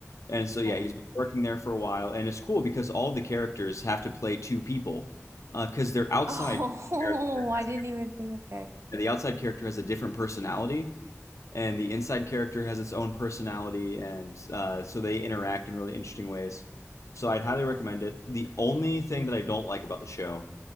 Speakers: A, on the left; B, on the right.
A: And so yeah,
B: Okay.
A: he's been working there for a while and it's cool because all the characters have to play two people uh because their outside
B: Oh,
A: character
B: <laughs> I
A: has
B: didn't even think. Okay.
A: a, the outside character has a different personality and the inside character has its own personality, and uh, so they interact in really interesting ways. So I'd highly recommend it. The only thing that I don't like about the show